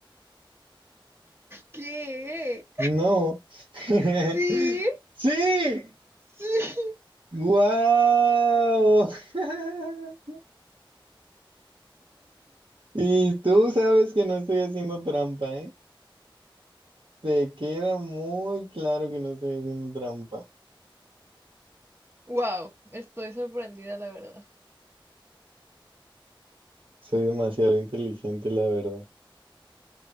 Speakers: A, on the right (about 25°); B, on the right (about 65°).
A: ¿Qué?
B: No. <laughs>
A: Sí,
B: Sí.
A: sí.
B: ¡Guau! <laughs> Y tú sabes que no estoy haciendo trampa, ¿eh? Te queda muy claro que no estoy haciendo trampa.
A: Wow, <laughs> estoy sorprendida, la verdad.
B: Soy demasiado inteligente, la verdad.